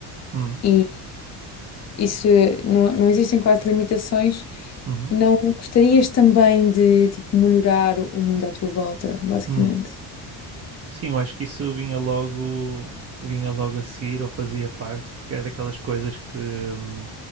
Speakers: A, on the right (about 40°); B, on the left (about 40°).
A: uhum,
B: e isso não, não existem quase limitações.
A: uhum,
B: Não gostarias também de tipo, melhorar o mundo à tua volta, basicamente?
A: hum. Sim, eu acho que isso vinha logo, vinha logo a seguir ou fazia parte, porque é daquelas coisas que, hum,